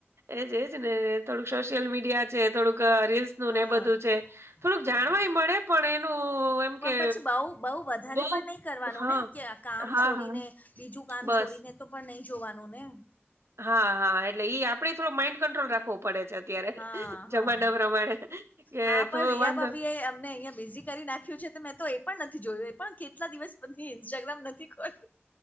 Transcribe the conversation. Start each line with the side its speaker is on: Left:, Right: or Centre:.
Right: એજ-એજ ને. થોડું સોશિયલ મીડિયા છે થોડુંક રીલ્સનું
Left: હા
Right: ને એ બધું છે. થોડુંક જાણવાય
Left: હા
Right: મળે પણ એનું એમ
Left: પણ
Right: કે
Left: પછી બહુ-બહુ વધારે
Right: બઉ
Left: પણ નહીં કરવાનું
Right: હા
Left: ને. કે આ કામ
Right: હા
Left: છોડીને,
Right: હા.
Left: બીજું કામ
Right: બસ
Left: છોડીને તો પન નહીં જોવાનું ને.
Right: હા, હા. એટલે ઈ આપણેે જ થોડોક માઈન્ડ કંટ્રોલ રાખવો પડે છે અત્યારે
Left: હા
Right: જમાના
Left: હા
Right: પ્રમાણે. કે
Left: આ પણ
Right: તો
Left: રિયાભાભી
Right: વાંધો
Left: એ અમને અહિયાં બેઝિક કરી નાખ્યું છે, તો મેં તો એ પણ નથી જોયું. એ પણ કેટલા દિવસ પછી ઇન્સ્ટાગ્રામ નથી ખોલ્યું.